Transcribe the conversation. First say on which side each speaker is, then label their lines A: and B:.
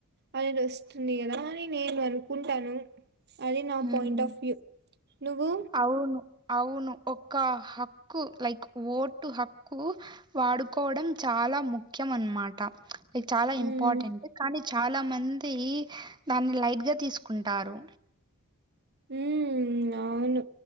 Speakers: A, on the right; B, on the right.
A: అనేది వస్తుంది కదా అని నేను అనుకుంటాను అది నా
B: హ్మ్.
A: పాయింట్ ఆఫ్ వ్యూ నువ్వు
B: అవును. అవును ఒక హక్కు లైక్ ఓటు హక్కు వాడుకోవడం చ చాల ముఖ్యం అనమాట లైక్ చాల
A: మ్మ్
B: ఇంపార్టెంట్ కానీ చాల మంది దాన్ని లైట్ గా తీసుకుంటారు
A: ఉమ్ అవును